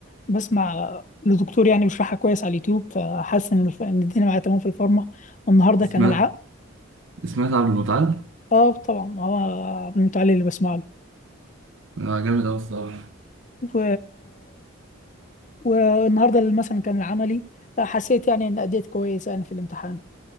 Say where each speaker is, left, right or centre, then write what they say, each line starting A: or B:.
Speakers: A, on the left; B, on the right.
A: بسمع لدكتور يعني بيشرحها كويس على اليوتيوب فحاسس ان الف- إن الدنيا معايا تمام في الفارما والنهارده
B: سمعت
A: كان العقد
B: سمعت عبد المتعال
A: اه طبعا هو عبد علي اللي بسمع له
B: آه، جامد اوي الصراحه
A: و... والنهارده اللي مثلا كان العملي حسيت يعني ان اديت كويس يعني في الامتحان